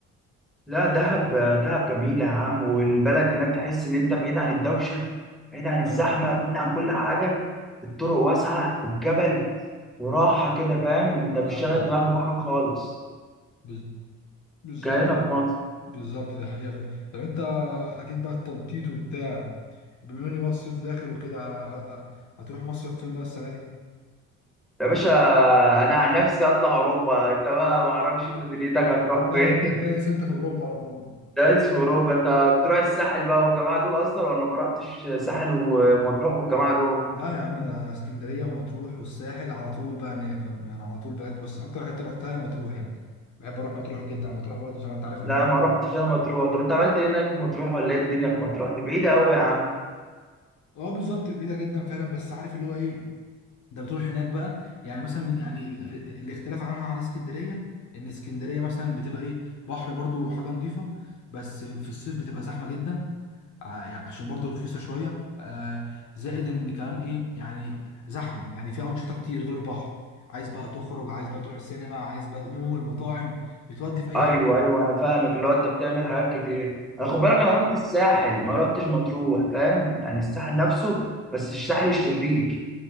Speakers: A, in the centre; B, on the left.
A: لا دهب دهب جميلة يا عم والبلد هناك تحس إن أنت بعيد عن الدوشة بعيد عن الزحمة
B: ايوه
A: بعيد عن كل حاجة الطرق واسعة والجبل وراحة كده فاهم أنت مش
B: ايوه
A: شاغل دماغك بأي حاجة خالص
B: بز- بالظبط
A: كهنا في مصر
B: بالظبط دي حقيقة فعلا. طب انت اكيد بقى التنطيط وبتاع بما اني بقى الصيف داخل وكده ه- ه- هتروح مصيف فين بقى السنه دي
A: يا باشا أنا عن نفسي أطلع أوروبا أنت بقى معرفش أنت دنيتك هتروح
B: جاي
A: فين
B: جاي ستة في اوروبا على طول
A: <laughs> دايس في أوروبا أنت بتروح الساحل بقى والجماعة دول أصلا ولا ما رحتش ساحل ومطروح والجماعة دول؟
B: لا يا عم انا اسكندريه ومطروح والساحل على طول بقى هناك فاهم يعني على طول بجد بس اكتر حته رحتها هي مطروح يعني بحب اروح مطروح جدا مطروح برضه زي ما انت عارف نضيفه
A: لا ما رحتش أنا مطروح طب أنت عملت إيه هناك في مطروح ولا إيه الدنيا في مطروح دي بعيدة أوي يا عم
B: اه بالظبط بعيده جدا فعلا بس عارف اللي هو ايه ده بتروح هناك بقى يعني مثلا يعني الاختلاف عنها عن اسكندريه ان اسكندريه مثلا بتبقى ايه بحر برضو وحاجه نظيفه بس في الصيف بتبقى زحمه جدا ع- يعني عشان برضو رخيصه شويه آه زائد ان كمان ايه يعني زحمه يعني فيها انشطه كتير غير البحر عايز بقى تخرج عايز بقى تروح سينما عايز بقى مول مطاعم بتودي في اي
A: ايوه
B: حاجه
A: ايوه انا فاهمك اللي هو انت بتعمل حاجات كتير
B: بالظبط
A: انا خد بالك انا رحت الساحل ما رحتش مطروح فاهم يعني الساحل نفسه بس الساحل الشرير